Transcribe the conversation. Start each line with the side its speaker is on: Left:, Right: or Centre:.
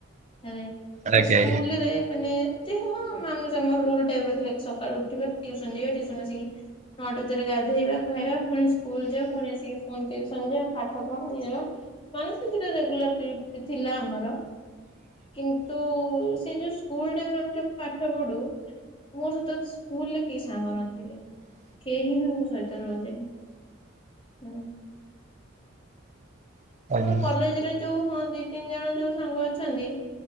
Left: <unintelligible>
Right: ଆଜ୍ଞା
Left: ସ୍କୁଲରେ ମାନେ ଯେ ହଁ ମାନୁଚୁ ଆମ ରୁଲ ଟାଇପ ର ଥିଲା କି ସକାଳୁ ଉଠିବା ଟୁସନ ଯିବା ଟ୍ୟୁସନ୍ ରୁ ଆସିକି ନଅଟା ଭିତରେ ଗାଧୋଇବା ଖାଇବା ପୁଣି ସ୍କୁଲ ଯିବା ପୁଣି ଆସିକି ଫୋନ୍ ଟ୍ୟୁସନ୍ ଯିବା ପାଠ ପଢ ଇଏ କର ମାନେ ସେଟା ରେଗୁଲାର ଡ୍ୟୁଟି ଥିଲା ଆମର। କିନ୍ତୁ ସେ ଯୋଉ ସ୍କୁଲ ଟାଇମ ରୁ ଆମେ ଯୋଉ ପାଠ ପଢୁ ମୋ ସହିତ ସ୍କୁ ସ୍କୁଲରେ କେହି ସାଙ୍ଗ ନଥିଲେ କେହି ବି ମୋ ସହିତ ରୁହନ୍ତିନି ହୁଁ।
Right: ଆଜ୍ଞା
Left: ମୋର
Right: ଆଜ୍ଞା
Left: କଲେଜ ରେ ଯୋଉ ହଁ ଦି ତିନି ଜଣ ଯୋଉ ସାଙ୍ଗ ଅଛନ୍ତି